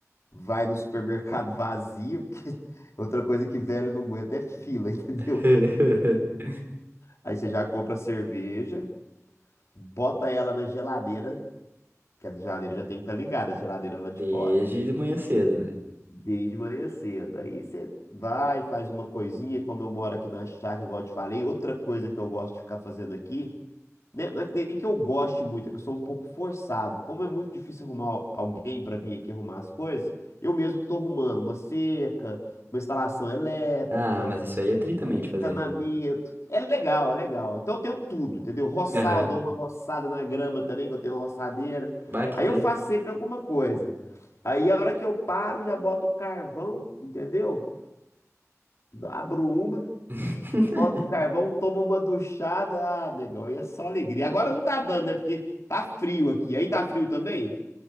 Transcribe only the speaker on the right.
<laughs>
Desde
de manhã cedo, né?
Ah, mas isso aí é tri também
de
fazer.
Aham,
Bah, que
tri.
<laughs>